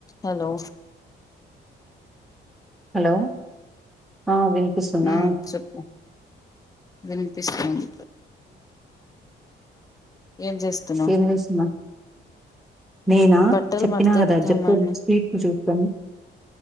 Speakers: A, on the left; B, in the centre.
A: hello
B: hello ఆ విన్ పిస్తుందా
A: ఉమ్ చెప్పు వినిపిస్తుంది ఏం చేస్తున్నావు
B: ఏం చేస్తునవ్ నేనా
A: బట్టలు
B: చెప్పినా
A: మడతేద్దామని
B: కదా జప్ప స్వీట్ చూద్దాం